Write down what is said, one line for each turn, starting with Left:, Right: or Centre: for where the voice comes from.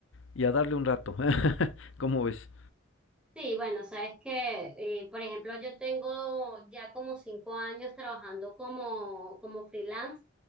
Left: y a darle un rato, <laughs> ¿cómo ves?
Centre: Sí, bueno, sabes que, eh, por ejemplo, yo tengo ya como cinco años trabajando como, como freelance